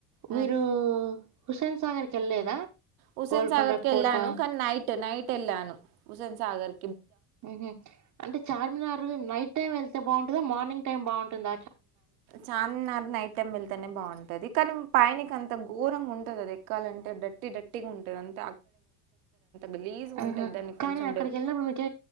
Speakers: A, on the right (about 70°); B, on the right (about 45°).
A: హ్మ్.
B: మీరు హుసేన్ సాగర్కి వెళ్ళలేదా
A: హుసేన్
B: గోల్కొండ
A: సాగర్ కి
B: కోట
A: వెళ్ళను కానీ నైట్ నైట్ వెళ్ళాను హుస్సేన్ సాగర్
B: ఉహు అంటే చార్మినార్ నైట్ టైం వెళ్తే బాగుంటుందా మార్నింగ్ టైమ్ బాగుంటుంద
A: చార్మినార్ నైట్ టైమ్ వెళ్తేనే బాగుంటది కానీ పైకి అంత ఘోరంగా ఉంటంది అది ఎక్కాలంటే డట్టి డట్టిగా ఉంటుంది అంత గలీజ్‌గుంటది
B: ఆహా
A: దాన్ని
B: కానీ
A: కొంచెం
B: అక్కడికి
A: డెవ
B: వెళ్ళినప్పుడు మీకు